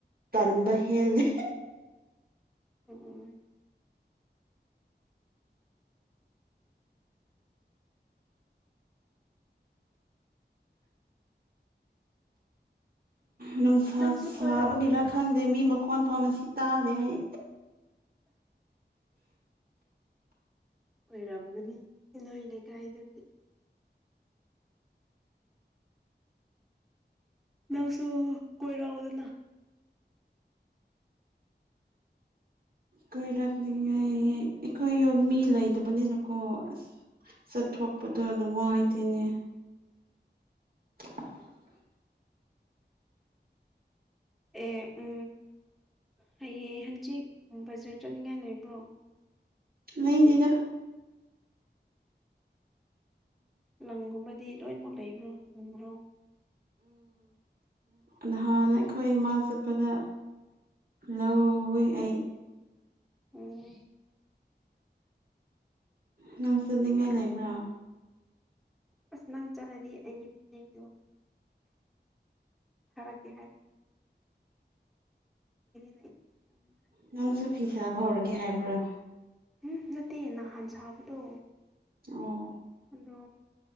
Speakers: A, on the right (about 55°); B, in the centre.
A: ꯇꯟꯕ ꯍꯦꯜꯂꯤ
B: ꯑꯣ ꯑꯣ <unintelligible>
A: ꯅꯨꯡꯁꯥ
B: ꯅꯪꯁꯨ
A: ꯁꯥꯕꯒꯤꯔ
B: ꯀꯣꯏꯔꯛꯑꯣꯗꯅ
A: ꯈꯪꯗꯦ ꯃꯤ ꯃꯈꯣꯟ ꯐꯥꯎꯅ ꯉꯥꯁꯤ ꯇꯥꯔꯦ ꯑꯩ
B: ꯑꯣꯏꯔꯝꯒꯅꯤ ꯏꯅꯣꯏ ꯂꯩꯀꯥꯏꯗꯗꯤ ꯅꯪꯁꯨ ꯀꯣꯏꯔꯎꯗꯅ
A: ꯀꯣꯏꯔꯛꯅꯤꯉꯥꯏ ꯑꯩꯈꯣꯏ ꯌꯨꯝ ꯃꯤ ꯂꯩꯗꯕꯅꯤꯅꯀꯣ ꯑꯁ! ꯆꯠꯊꯣꯛꯄꯗꯣ
B: ꯎꯝ
A: ꯑꯗꯨ ꯅꯨꯡꯉꯥꯏꯇꯦꯅꯦ꯫ <unintelligible>
B: ꯑꯦ ꯎ ꯍꯌꯦꯌꯦ ꯍꯪꯆꯤꯠ ꯕꯖꯥꯔ ꯆꯠꯅꯤꯡꯉꯥꯏ ꯂꯩꯕ꯭ꯔꯣ
A: ꯅꯤꯗ
B: ꯂꯪꯒꯨꯝꯕꯗꯤ ꯂꯣꯏꯅꯃꯛ ꯂꯩꯕ꯭ꯔꯣ ꯆꯨꯕ꯭ꯔꯣ
A: ꯅꯍꯥꯟꯅ ꯑꯩꯈꯣꯏ ꯏꯃꯥ ꯆꯠꯄꯗ ꯂꯧꯏꯦ ꯑꯩ
B: ꯎꯝ
A: ꯅꯪ ꯆꯠꯅꯤꯡꯉꯥꯏ ꯂꯩꯕ꯭ꯔꯣ
B: ꯑꯁ ꯅꯪ ꯆꯠꯂꯗꯤ ꯑꯩꯒꯤ ꯐꯅꯦꯛꯛꯇꯣ ꯊꯔ ꯀ ꯍꯥꯏꯕ ꯂꯩꯇꯦꯗ ꯆꯠꯅꯤꯡꯉꯥꯏ
A: ꯅꯪꯁꯨ ꯐꯤ ꯁꯥꯕ ꯍꯧꯔꯒꯦ ꯍꯥꯏꯕ꯭ꯔꯣ
B: ꯎꯝ ꯅꯠꯇꯦ ꯅꯍꯥꯟ ꯁꯥꯕꯗꯣ
A: ꯑꯣ
B: ꯑꯗꯣ